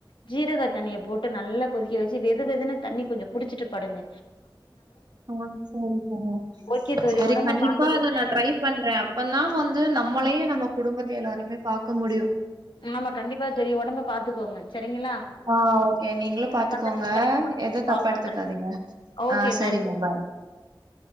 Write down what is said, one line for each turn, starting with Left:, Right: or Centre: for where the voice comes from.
Left: ஜீரகா தண்ணிய போட்டு நல்லா கொதிக்க வச்சு வெது வெதுன்னு தண்ணி கொஞ்சம் குடிச்சுட்டு பாடுங்க
Right: ஆஹ சரி ச
Left: ஓகே தோழி
Right: சரி
Left: ஒடம்ப
Right: கண்டிப்பா
Left: பாத்துக்கோங்க
Right: அத நான் ட்ரை பண்றேன் அப்ப தான் வந்து நம்மளயே நம்ம குடும்பத்தை எல்லாருமே பாக்க முடியும்
Left: ஆமா கண்டிப்பா தெரியும் உடம்ப பாத்துக்கோங்க சரிங்களா
Right: ஆ ஓகே நீங்களும் பாத்துக்கோங்க
Left: சந்தர்ப்பம் கெடைக்கும் போது
Right: எதுவும் தப்ப
Left: கால்
Right: எடுத்துக்காதீங்க
Left: பண்றே ஓகே
Right: ஆ சரிங்க
Left: நன்றி
Right: பாய்